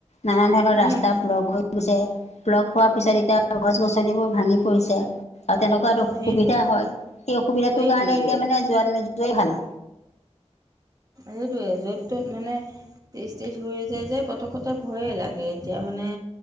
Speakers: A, on the left; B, on the right.
A: নানান ধৰণৰ
B: উম
A: ৰাস্তা ব্লক হৈ ছে, ব্লক হোৱাৰ পিছত এতিয়া গছ গছনিবোৰ ভাঙি পৰিছে। আৰু তেনেকুৱাত অসুবিধা
B: সেইটোৱে
A: হয়, সেই অসুবিধাটোৰ
B: সেইটোৱে
A: কাৰণে এতিয়া মানে যোৱা নোযোৱাই ভাল।
B: এইটোয়ে য'ত টো মানে ত্ৰিছ ত্ৰিছ হৈ যায় যে পটকতে ভয়ে লাগে, এতিয়া মানে